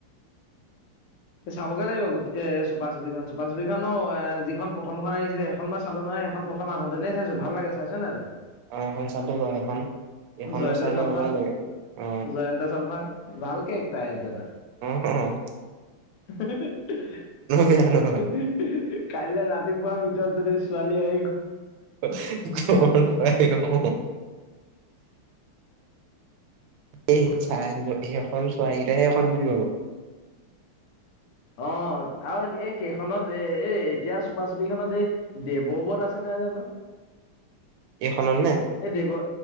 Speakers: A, on the left (about 90°); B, on the right (about 85°).
A: চাবগে লাগিব গোট এ চুপাচুপি খন চুপা চুপি খনও এ যিখন প্ৰথমখন আহিছিলে সেইখন মই চালো নহ <unintelligible> সেইখন প্ৰথম আহোতে নেই চাইছো ভাল লাগে চাইছ নাই তই
B: অ এখন চালো ব সেইখন এইখনো
A: জয়ন্ত
B: চাই লও
A: চালভা
B: মজা লাগে অ
A: জয়ন্ত চলমা ভালকে একটা আহ এইটো এটা
B: হ
A: কাইলে
B: বেয়া নহয়
A: ৰাতিপুৱা ভিতৰত যদি ছোৱালী আহ
B: ক অ <unintelligible> এই চাই সেইখন চোৱা কিটাহে <unintelligible> খন্তুলি পাব <unintelligible>
A: অ আৰু এই সেইখনত এ এ এতিয়া চুপা চুপি খন এই দেৱবত আছে ন ন জানো
B: <inaudible> এইখনত নে
A: এই দেৱ